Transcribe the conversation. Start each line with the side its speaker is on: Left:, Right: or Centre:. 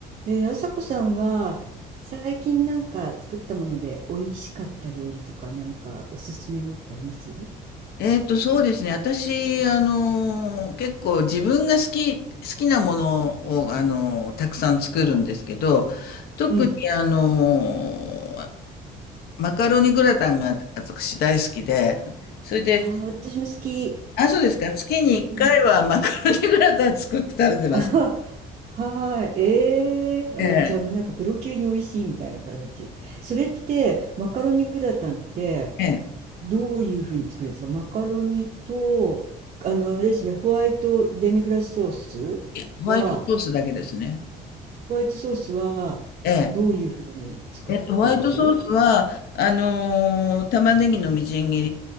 Right: えー、あさこさんは最近なんか作ったもので美味しかった料理とかなんかおすすめのってあります
Left: えーっと、そうですね。私、あのー、結構自分が好き、好きなものを、あのー、たくさん作るんですけど、特に、
Right: うん。
Left: あのー、マカロニグラタンが私大好きで、それで、
Right: ああ、私も好き。
Left: あ、そうですか。月に1回はマカロニグラタン作って食べてます。
Right: うん。<laughs> あははーい。えー、
Left: ええ。
Right: あ、じゃあもうなんかプロ級に美味しいみたいな感じ。それってマカロニグラタンって
Left: ええ。
Right: どういうふうに作るんですかマカロニと、あの、あれですね、ホワイトデミグラスソースは、
Left: いやホワイトソースだけですね。
Right: ホワイトソースはどういうふうに作ってます
Left: ええ。えっと、ホワイトソースは、あのー玉ねぎのみじん切